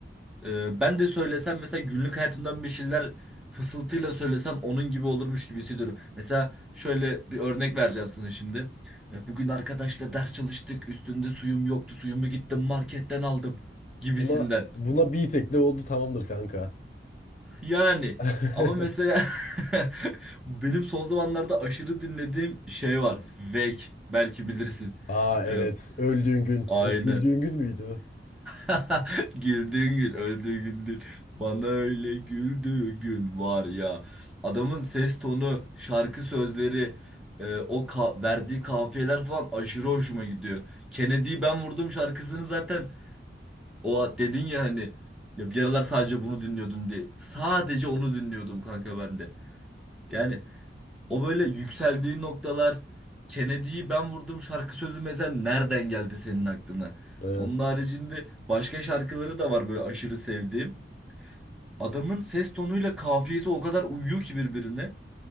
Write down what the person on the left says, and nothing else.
Buna buna bir tekle oldu tamamdır kanka.
<laughs>
Aa evet,
öldüğün gün.
Yok güldüğün gün müydü?
Evet.